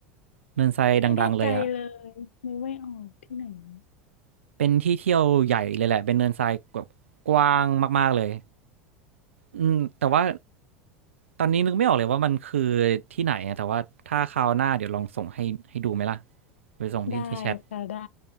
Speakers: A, on the right; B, on the left.
A: เนินทรายดังๆเลยอ่ะ
B: ไม่แน่ใจเลยนึกไม่ออกที่ไหนเนอะ
A: เป็นที่เที่ยวใหญ่เลยแหละเป็นเนินทรายแบบกว้างมากๆเลย อืมแต่ว่าตอนนี้นึกไม่ออกเลยว่ามันคือที่ไหนอะแต่ว่าถ้าคราวหน้าเดี๋ยวลองส่งให้ให้ดูไหมล่ะไปส่งที่ที่แชท
B: ได้ค่ะได้